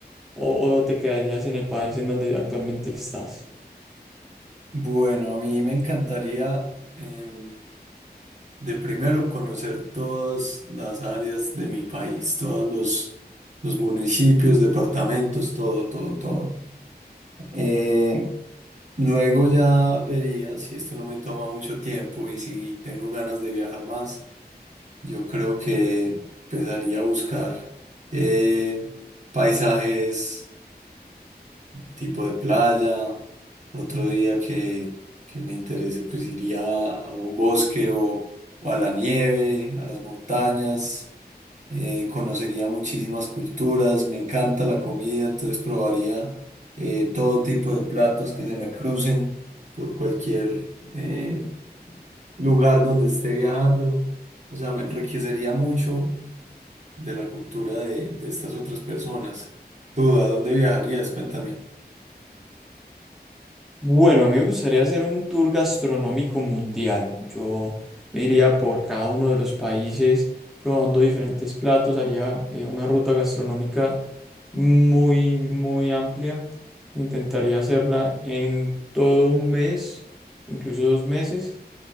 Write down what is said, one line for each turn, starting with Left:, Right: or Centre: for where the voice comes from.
Centre: o te quedarías en el país en donde actualmente estás?
Right: Bueno, a mí me encantaría em, de primero conocer todas las áreas de mi país, todos los, los municipios, departamentos, todo, todo, todo. Eh, luego ya vería si esto no me toma mucho tiempo y si tengo ganas de viajar más. Yo creo que empezaría a buscar eh, paisajes tipo de playa. Otro día que, que me interese, pues iría a un bosque o, o a la nieve, a las montañas. Eh, conocería muchísimas culturas. Me encanta la comida, entonces probaría eh, todo tipo de platos que se me crucen por cualquier eh, lugar donde esté viajando. O sea, me enriquecería mucho de la cultura de, de estas otras personas. ¿Tú a dónde viajarías? Cuéntame.
Centre: Bueno, a mí me gustaría hacer un tour gastronómico mundial. Yo me iría por cada uno de los países probando diferentes platos, haría eh, una ruta gastronómica muy, muy amplia. Intentaría hacerla en todo un mes o incluso dos meses.